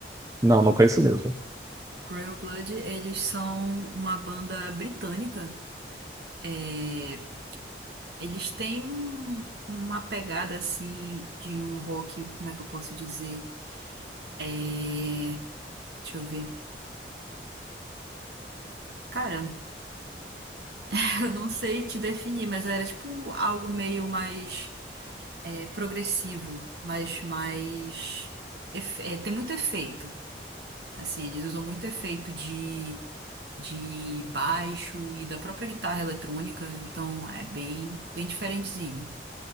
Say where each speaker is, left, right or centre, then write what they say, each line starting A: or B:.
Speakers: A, on the right; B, on the right.
A: Não, não conheço mesmo.
B: Royal Blood, eles são uma banda britânica. É, eles têm um- uma pegada assim de um rock, como é que eu posso dizer? É... Deixa eu ver. Cara, <laughs> eu não sei te definir, mas era tipo algo meio mais é, progressivo, mas mais. efe- é, tem muito efeito. Assim, eles usam muito efeito de, de baixo e da própria guitarra eletrônica, então é bem, bem diferentezinho.